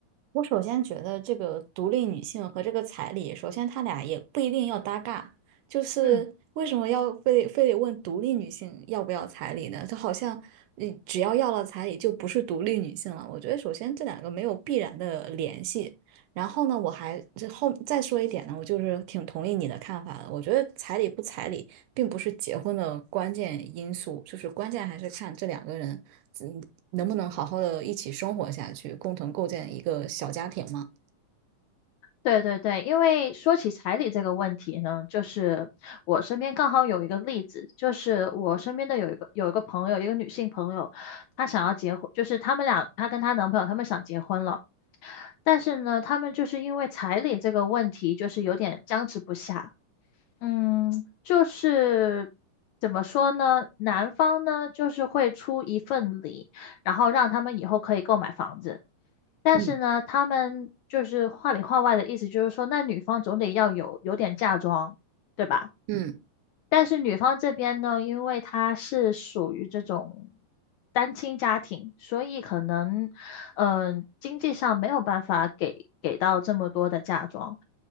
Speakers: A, on the right (about 75°); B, on the left (about 80°).
A: 我首先觉得这个独立女性和这个彩礼，首先他俩也不一定要搭嘎，就是为什么要非得非得问独立女性要不要彩礼呢？
B: 嗯。
A: 就好像你只要要了彩礼就不是独立女性了。我觉得首先这两个没有必然的联系。然后呢，我还这后再说一点呢，我就是挺同意你的看法的。我觉得彩礼不彩礼并不是结婚的关键因素，就是关键还是看这两个人。嗯，能不能好好的一起生活下去，共同构建一个小家庭嘛？
B: 对对对，因为说起彩礼这个问题呢，就是我身边刚好有一个例子，就是我身边的有一个有一个朋友，一个女性朋友，她想要结婚，就是他们俩，她跟她男朋友他们想结婚了，但是呢，他们就是因为彩礼这个问题，就是有点僵持不下。嗯，就是怎么说呢？男方呢，就是会出一份礼，然后让他们以后可以购买房子。但是呢，
A: 嗯
B: 他们就是话里话外的意思，就是说，那女方总得要有有点嫁妆，对吧？
A: 嗯
B: 但是女方这边呢，因为她是属于这种单亲家庭，所以可能，嗯、经济上没有办法给给到这么多的嫁妆，